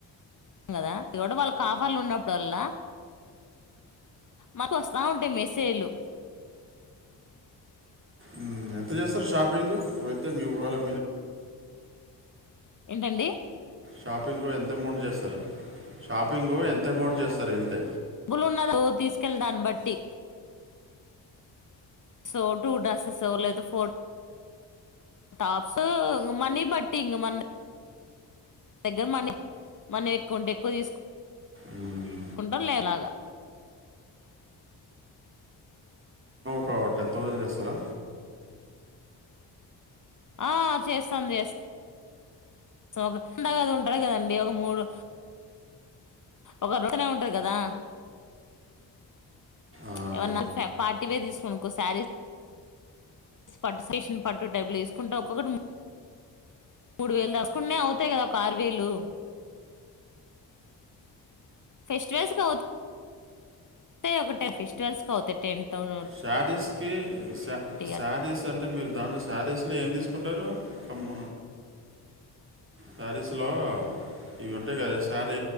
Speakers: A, on the left; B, on the right.
A: కదా వాళ్ళ కాఫర్లు ఉన్నప్పుడో లా. మాకు వస్తా ఉంటాయి. మెసేజ్లు.
B: మ్మ్ ఎంత చేస్తారు. షాపింగ్ వేలితే మీ వాళ్ళు.
A: <unintelligible> ఏంటండి.
B: షాపింగ్ ఎంత అమౌంట్ చేస్తారు. షాపింగ్ ఎంత అమౌంట్ చేస్తారు. వెళ్తే.
A: డాబ్బులున్నదో తీసుకెళ్ళ దాన్ని బట్టి. సో టూ డసెస్ లేదో ఫోర్. టాప్స్ ఇంకా మని బట్టి ఇంకా మా. దగ్గర మన మనం ఎక్కువ ఉంటే. ఎక్కువ తీసుకు.
B: మ్మ్.
A: కుంటంలేలాగా.
B: ఆ టెన్ థౌజండ్ చేస్తారా.
A: ఆ చేస్తాం. చేస్తాం. <unintelligible> ఒక రోటనే ఉంటాది కదా.
B: ఆ.
A: ఎవన్నా పార్టీ వేర్ తీసుకునినుకో శారీస్. పట్టు సేషన్ పట్టు టైబులు వసుకుంట. ఒక్కొక్కటి మూడు వేలు దాసుకుంటనే అవుతాయి. కదా ఒక ఆరు వేలు. ఫెస్టివల్స్ అవుత. అ ఒక్కటే ఒకటే ఫెస్టివల్స్ అవుత టెన్. ట్వంటీ
B: శారీస్ కి శారీస్
A: అ
B: అంటే మీరు దాంట్లో శారీస్. అసలు ఏం తీసుకుంటారు. అమ్మ సారీస్ లో ఇవి ఉంటాయి. కదా సారి